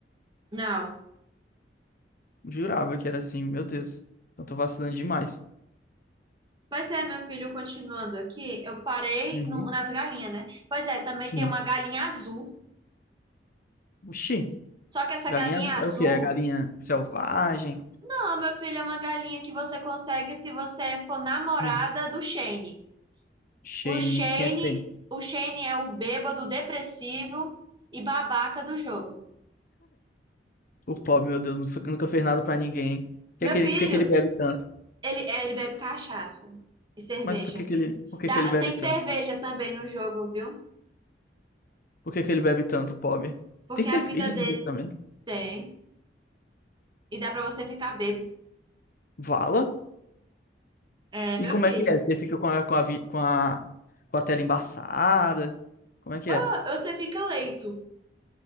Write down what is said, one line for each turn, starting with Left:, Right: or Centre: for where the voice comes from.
Right: Não.
Left: Jurava que era assim, meu Deus. Eu tô vacilando demais.
Right: Pois é, meu filho, continuando aqui, eu parei
Left: Uhum,
Right: no- nas galinhas, né? Pois é, também
Left: sim.
Right: tem uma galinha azul.
Left: Oxi,
Right: Só que essa
Left: galinha
Right: galinha azul.
Left: é o que É galinha selvagem?
Right: Não, meu filho, é uma galinha que você consegue se você for namorada
Left: Hum,
Right: do Shane.
Left: Shane,
Right: O Shane,
Left: quem é Shane?
Right: o Shane é o bêbado depressivo e babaca do jogo.
Left: O pobre, meu Deus, nunca nunca fez nada pra ninguém. Por
Right: Meu
Left: que que
Right: filho,
Left: ele, por que que ele bebe tanto?
Right: ele, é, ele bebe cachaça e cerveja.
Left: Mas por que que ele, por que
Right: Dá-
Left: que ele bebe
Right: tem
Left: tanto?
Right: cerveja também no jogo, viu?
Left: Por que que ele bebe tanto, pobre?
Right: Porque
Left: Tem cerveja
Right: a vida dele
Left: no jogo também.
Right: tem. E dá pra você ficar bêbado.
Left: Vala?
Right: É,
Left: E
Right: meu
Left: como
Right: filho.
Left: é que é? Você fica com a, com a, vi- com a, com a tela embaçada? Como é que
Right: Bah,
Left: é?
Right: você fica leito.